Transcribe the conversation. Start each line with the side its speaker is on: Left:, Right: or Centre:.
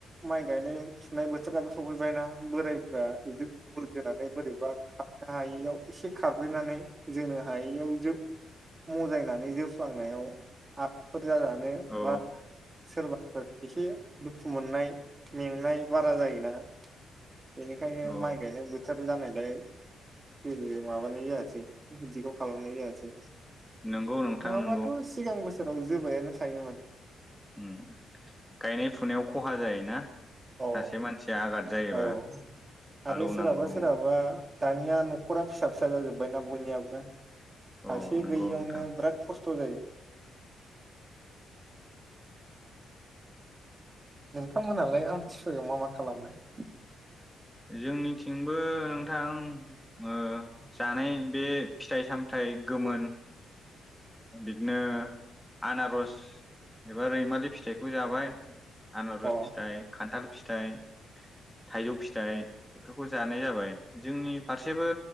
Right: माइ गायनाय थिनाय बोथोराबो सफैबायना बोरायफ्रा जों बुरजोनानै बोरैबा खारनो हायियाव। एसे खारब्रेनानै जोनो हायियाव जो मजायनानै जोफ्लांनायाव <unintelligible> जा जानो
Centre: औ
Right: बा सोरबा फोर एसे दुखु मोननाय मेंनाय बारा जायोना। बेनिखायनो
Centre: औ
Right: माइ गायनाय बोथोर जानायलाय जेबो माबानाय जायासै बिदिखौ खालामनाय जायासै।
Centre: नंगौ नोंथां
Right: नङाबाथ'
Centre: नंगौ
Right: सिगां बोसोराव जोबायानो थायोमोन।
Centre: उम गायनाय फुनायाव खहा जायोना।
Right: अ
Centre: सासे मानसिया आघाद जायोबा
Right: औ आरो
Centre: हालौनांगौ
Right: सोरहाबा सोरहाबा दानिया न'खरा फिसा फिसा जाजोबबायना बयनियाबो सासे
Centre: औ नंगौ
Right: गैयियावनो
Centre: नोंथां
Right: बिराद खस्थ थ' जायो। नोंथांमोनहालाय आमथिसुवायाव मा मा खालामनाय?
Centre: जोंनिथिंबो नोंथां ओ जानाय बे फिथाइ सामथाइ गोमोन बिदिनो आनारस एबा रैमालि फिथाइखौ जाबाय। आनारस
Right: अ
Centre: फिथाइ, खान्थाल फिथाइ, थाइजौ फिथाइ बेफोरखौ जा नाय जाबाय जोंनि फारसेबो